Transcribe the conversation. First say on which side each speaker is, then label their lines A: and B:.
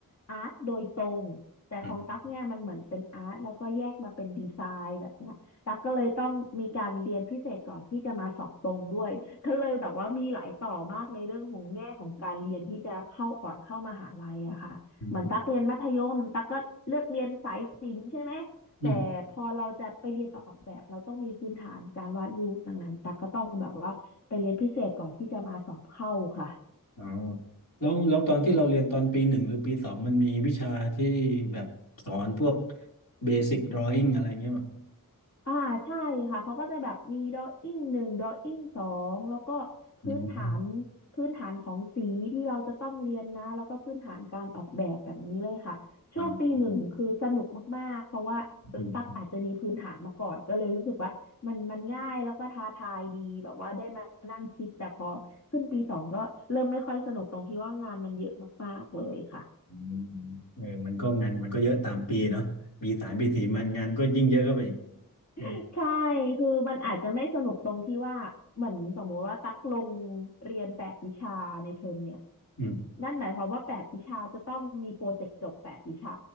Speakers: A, on the left (about 50°); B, on the left (about 75°).
A: อาร์ตโดยตรงแต่ของตั๊กเนี่ยมันเหมือนเป็นอาร์ตแล้วก็แยกมาเป็นดีไซน์แบบเนี้ยตั๊กก็เลยต้องมีการเรียนพิเศษก่อนที่จะมาสอบตรงด้วยก็เลยแบบว่ามีหลายต่อมากในเรื่องของแง่ของการเรียนที่จะเข้าก่อนเข้ามหาลัยอะค่ะเหมือนตั๊กเรียนมัธยมตั๊กก็เลือกเรียนสายศิลป์ใช่ไหม
B: อืมอืมอืมอืม
A: แต่พอเราจะไปเรียนออกแบบเราต้องมีพื้นฐานการวาดรูปดังนั้นตั๊กก็ต้องแบบว่าไปเรียนพิเศษก่อนที่จะมาสอบเข้าค่ะ
B: อ๋อแล้วแล้วตอนที่เราเรียนตอนปีหนึ่งหรือปีสองมันมีวิชาที่แบบสอนพวกเบสิกดรอ w ิ n งอะไรเงี้ยมั้ง
A: อ่าใช่ค่ะเขาก็จะแบบมีดออิ่งหนึ่งดออิ่งสองแล้วก็พื้นฐาน
B: อืม
A: พื้นฐานของสีที่เราจะต้องเรียนนะแล้วก็พื้นฐานการออกแบบแบบนี้เลยค่ะช่วงปีหนึ่งคือสนุกมากๆเพราะว่า
B: อ่าอืม
A: ตักอาจจะมีพื้นฐานมาก่อนก็เลยรู้สึกว่ามันมันง่ายแล้วก็ท้าทายดีแบบว่าได้มานั่งคิดแต่พอขึ้นปีสองก็เริ่มไม่ค่อยสนุกตรงที่ว่างานมันเยอะมากๆเลยค่ะ
B: อืมอืมเออมันก็งานมันก็เยอะตามปีเนาะปีสามปีสี่มันงานก็ยิ่งเยอะเข้าไปอีก
A: <laughs>
B: อืม
A: ใช่คือมันอาจจะไม่สนุกตรงที่ว่า เหมือนสมมติว่าตักลงเรียนแปดวิชาในเทอมเนี่ย
B: อืม
A: นั่นหมายความว่าแปดวิชาจะต้องมีโปรเจกต์จบแปดวิชา